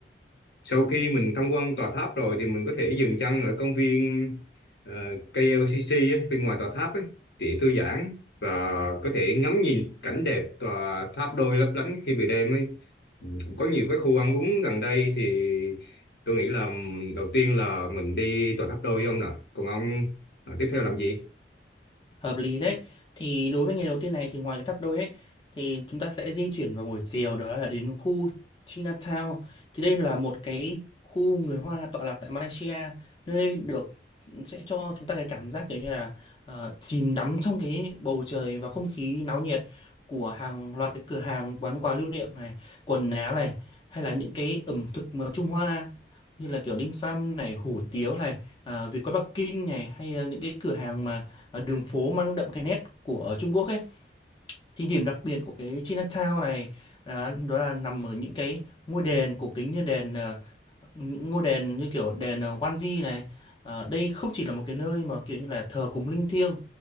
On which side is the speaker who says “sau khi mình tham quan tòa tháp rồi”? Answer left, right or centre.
Left